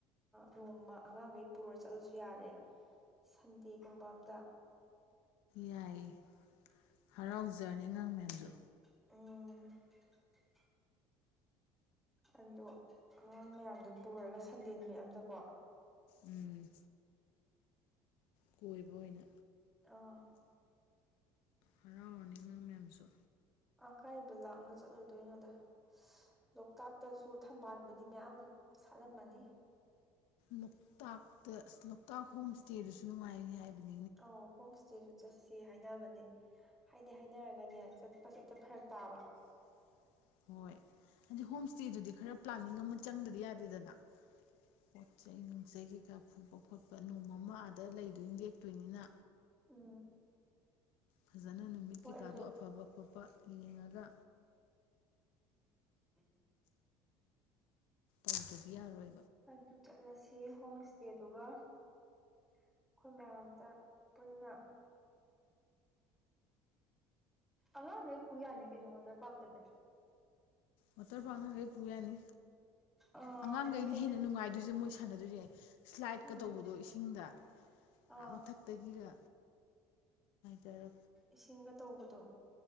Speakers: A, in the centre; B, on the left.
A: ꯅꯣꯡꯃ ꯑꯉꯥꯡꯈꯩ ꯄꯨꯔ ꯆꯠꯂꯁꯨ ꯌꯥꯔꯦ ꯁꯟꯗꯦꯒꯨꯝꯕ ꯑꯝꯗ
B: ꯌꯥꯏꯌꯦ ꯍꯔꯥꯎꯖꯔꯅꯤ ꯑꯉꯥꯡ ꯃꯌꯥꯝꯁꯨ
A: ꯑꯣ ꯑꯣ ꯑꯉꯥꯡ ꯃꯌꯥꯝꯗꯣ ꯄꯨꯔꯒ ꯁꯟꯗꯦ ꯅꯨꯃꯤꯠ ꯑꯝꯗꯀꯣ
B: ꯎꯝ ꯀꯣꯏꯕ ꯑꯣꯏꯅ
A: ꯑꯥ
B: ꯍꯔꯥꯎꯔꯅꯤ ꯑꯉꯥꯡ ꯃꯌꯥꯝꯁꯨ
A: ꯑꯀꯥꯏꯕ ꯂꯥꯞꯅ ꯆꯠꯂꯨꯗꯣꯏꯅꯣꯗ ꯂꯣꯛꯇꯥꯛꯇꯁꯨ ꯊꯝꯕꯥꯟꯕꯨꯗꯤ ꯃꯌꯥꯝ ꯁꯥꯠꯂꯝꯃꯅꯤ
B: ꯂꯣꯛꯇꯥꯛꯇ ꯂꯣꯛꯇꯥꯛ ꯍꯣꯝ ꯏꯁꯇꯦꯗꯨꯁꯨ ꯅꯨꯡꯉꯥꯏꯅꯤ ꯍꯥꯏꯕꯅꯤ
A: ꯑ ꯍꯣꯝ ꯏꯁꯇꯦꯁꯨ ꯆꯠꯁꯦ ꯍꯥꯏꯅꯕꯅꯦ ꯍꯥꯏꯗꯤ ꯍꯥꯏꯅꯔꯒꯅꯦ ꯆꯠꯄꯁꯦ ꯍꯦꯛꯇ ꯐꯔꯛ ꯇꯥꯕ
B: <inaudible> ꯍꯣꯏ ꯍꯥꯏꯗꯤ ꯍꯣꯝ ꯏꯁꯇꯦꯗꯨꯗꯤ ꯈꯔ ꯄ꯭ꯂꯥꯅꯤꯡ ꯑꯃ ꯆꯪꯗꯗꯤ ꯌꯥꯗꯦꯗꯅ ꯄꯣꯠ ꯆꯩꯩ ꯅꯨꯡꯆꯩ ꯀꯩꯀꯥ ꯐꯨꯕ ꯈꯣꯠꯄ ꯅꯣꯡꯃ ꯑꯃ ꯑꯥꯗ ꯂꯩꯗꯣꯏꯅꯤ ꯌꯦꯛꯇꯣꯏꯅꯤꯅ
A: ꯎꯝ
B: ꯐꯖꯅ ꯅꯨꯃꯤꯠ
A: ꯍꯣꯏ
B: ꯀꯩꯀꯥꯗꯣ
A: ꯑꯗꯨ
B: ꯑꯐꯕ ꯈꯣꯠꯄ ꯌꯦꯡꯉꯒ
A: ꯎꯝ
B: ꯑꯥꯎꯗꯤꯔ ꯑꯣꯏ
A: ꯑꯗꯨ ꯆꯠꯂꯁꯤ ꯍꯣꯝ ꯏꯁꯇꯦꯗꯨꯒ ꯑꯩꯈꯣꯏ ꯃꯌꯥꯝ ꯑꯝꯇ ꯄꯨꯟꯅ ꯑꯉꯥꯡꯈꯩ ꯄꯨꯌꯥꯅꯤ ꯀꯩꯅꯣ ꯋꯥꯇ ꯄꯥꯛꯇꯗ
B: ꯋꯥꯇꯔ ꯄꯥ ꯑꯉꯥꯡꯈꯩ ꯄꯨ ꯌꯥꯅꯤ
A: ꯑꯥ
B: ꯑꯉꯥꯡꯈꯩꯩꯅ
A: ꯃꯣꯏ ꯀꯩ
B: ꯍꯦꯟꯅ ꯅꯨꯡꯉꯥꯏꯗꯣꯏꯁꯦ ꯃꯣꯏ ꯁꯥꯟꯅꯗꯣꯏꯁꯨ ꯌꯥꯏ ꯏꯁꯂꯥꯏꯠꯀ
A: ꯎꯝ
B: ꯇꯧꯕꯗꯣ ꯏꯁꯤꯡꯗ
A: ꯑꯥ
B: ꯃꯊꯛꯇꯒꯤꯒ ꯖꯔ
A: ꯏꯁꯤꯡꯒ ꯇꯧꯕꯗꯣ